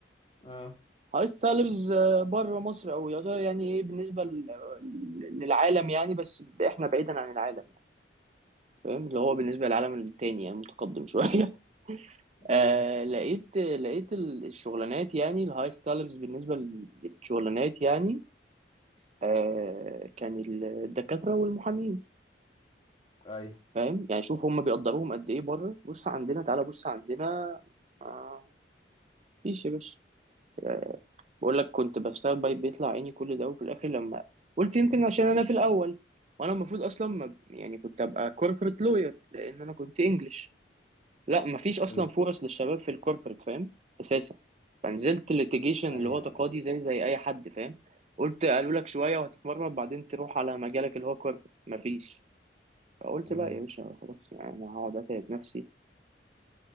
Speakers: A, on the left; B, on the right.
A: اه
B: هايست سالاريز آه، بره مصر او يعتبر يعني ايه بالنسبة ل- للعالم يعني بس احنا بعيدا عن العالم يعني. فاهم اللي هو بالنسبة للعالم التاني يعني متقدم شوية <laughs>
A: امم
B: آه لقيت لقيت ال- الشغلانات يعني الهايست سالاريز بالنسبة للشغلانات يعني آه كان الدكاترة والمحامين
A: اي
B: فاهم يعني شوف هم بيقدروهم قد ايه بره بص عندنا تعالى بص عندنا آه مفيش يا باشا آه بقول لك كنت بشتغل بايت بيطلع عيني كل ده وفي الاخر لما قلت يمكن عشان انا في الاول وانا المفروض اصلا ما يعني كنت ابقى كوربريت لوير لان انا كنت انجلش لا مفيش اصلا
A: حلو
B: فرص للشباب في الكوربريت فاهم اساسا فنزلت ليتيجيشن
A: ايوه
B: اللي هو تقاضي
A: ايوه
B: زي زي اي حد فاهم قلت قالوا لك شويه وهتتمرمط بعدين تروح على مجالك اللي هو كوربريت مفيش فقلت
A: امم
B: لا يا باشا خلاص يعني انا هقعد اتعب نفسي